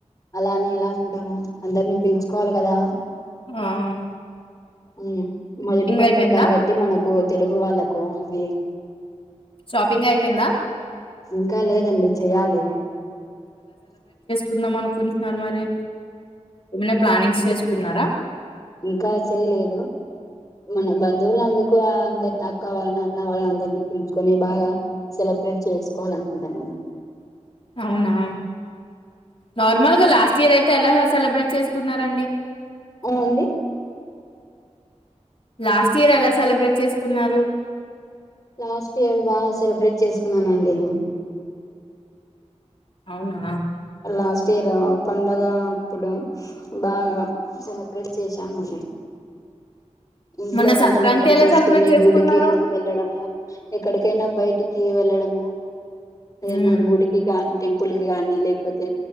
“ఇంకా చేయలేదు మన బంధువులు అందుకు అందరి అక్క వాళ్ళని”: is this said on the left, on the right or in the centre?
Left